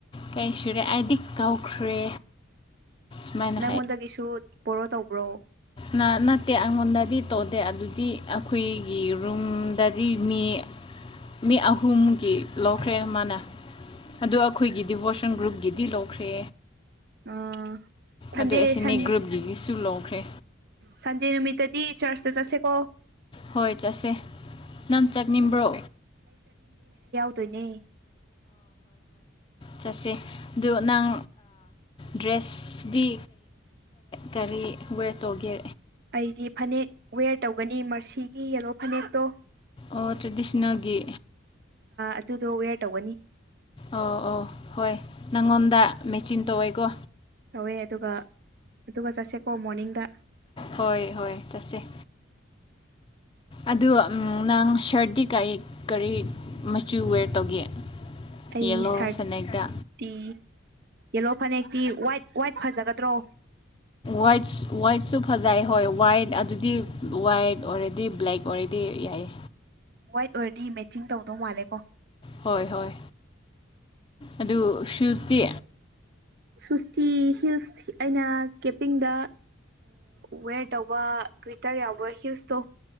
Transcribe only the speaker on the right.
ꯅꯪꯉꯣꯟꯗꯒꯤꯁꯨ ꯕꯣꯔꯣ ꯇꯧꯕ꯭ꯔꯣ
ꯑꯥ ꯁꯟꯗꯦ
ꯁꯟ
ꯁꯟꯗꯦ ꯅꯨꯃꯤꯠꯇꯗꯤ ꯆꯔꯆꯇ ꯆꯠꯁꯦꯀꯣ
ꯇꯣꯏꯅꯦ
ꯑꯩꯗꯤ ꯐꯅꯦꯛ ꯋꯦꯌꯔ ꯇꯧꯒꯅꯤ ꯃꯔꯁꯤꯒꯤ ꯌꯦꯂꯣ ꯐꯅꯦꯛꯇꯣ
ꯑꯗꯨꯗꯣ ꯋꯦꯌꯔ ꯇꯧꯒꯅꯤ
ꯇꯧꯋꯦ ꯑꯗꯨꯒ ꯑꯗꯨꯒ ꯆꯠꯁꯦꯀꯣ ꯃꯣꯔꯅꯤꯡꯗ
ꯑꯩ
ꯁꯔꯠꯇꯤ
ꯌꯦꯜꯂꯣ ꯐꯅꯦꯛꯇꯤ ꯋꯥꯏꯠ ꯋꯥꯏꯠ ꯐꯖꯒꯗ꯭ꯔꯣ
ꯋꯥꯏꯠ ꯑꯣꯏꯔꯗꯤ ꯃꯦꯠꯆꯤꯡ ꯇꯧꯗꯧ ꯃꯥꯜꯂꯦ ꯀꯣ
ꯁ꯭ꯨꯋꯁꯇꯤ ꯍꯤꯜꯁ ꯑꯩꯅ ꯀꯦꯄꯤꯡꯗ ꯋꯦꯔ ꯇꯧꯕ ꯒ꯭ꯂꯤꯇꯔ ꯌꯥꯎꯕ ꯍꯤꯜꯁꯇꯣ